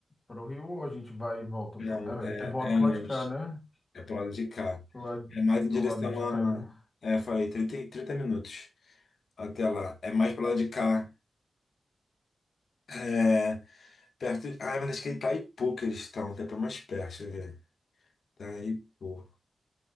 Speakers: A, on the left; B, on the left.
A: para o Rio ou a gente vai e volta
B: Não,
A: pro... É,
B: é,
A: é, volta
B: é antes.
A: pro lado de cá, né?
B: É pro lado de cá.
A: Que lado
B: É mais em direção
A: o lado de
B: a.
A: cá, né?
B: É, eu falei, trinta e- 30 minutos até lá. É mais pro lado de cá. É, perto. de- Ah, mas acho que é Itaipu que eles estão, até pra mais perto, deixa eu ver. Itaipu.